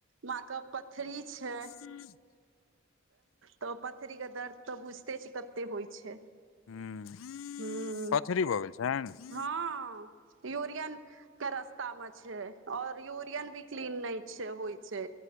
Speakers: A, on the right; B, on the left.
A: माँ के पथरी छै।
B: हू
A: तऽ पथरी के दर्द तऽ बुझते छै। कते होइ छै।
B: ह
A: हूँ
B: पथरी भऽ गेल छ?
A: हँ यूरियन के रास्ता मे छै, और यूरियन भी क्लीन नहि छै। होइ छै